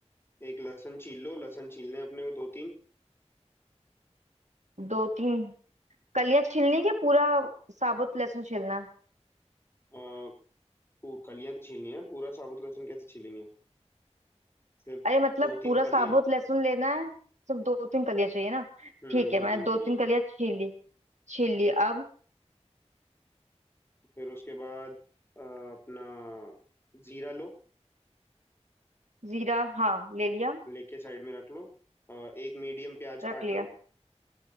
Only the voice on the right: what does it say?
दो तीन कलियां छीलनी है कि पूरा साबुत लहसुन छीलना है
अरे मतलब
पूरा
साबुत
लहसुन लेना है सिर्फ दो तीन कलियां चाहिए ना
ठीक है
मैं
दो
तीन कलियां छील ली छील ली अब
जीरा हाँ ले लिया
रख
लिया